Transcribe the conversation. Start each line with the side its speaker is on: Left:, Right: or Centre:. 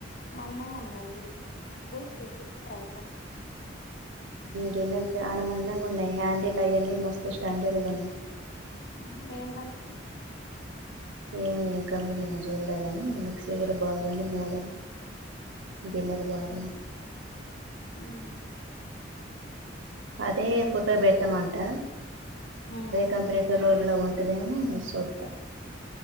Left: మందంగా ఉండాలి గిన్న అప్పుడు వెళ్ి టప్ ఉండ <unintelligible>
Right: గిన్నెల చాలా మందంగా ఉన్నాయి హ్యాండిల్ అవన్నీ మస్తు స్టాండర్డ్ గా ఉన్నాయి
Left: ఉ ఏ కంపెనీ
Right: ఏమో ఏం కంపెనీ ఏ చూడలే కానీ మిక్సీ కూడా బాగుంది మోడల్ గిన్నెలు బాగున్నాయి
Left: హ్మ్ హ్మ్
Right: అదే ఫోటో పెట్టమంటా
Left: హ్మ్
Right: కంపెనీ తో రో తెల్లగా ఉంటదేమో చూద్దాం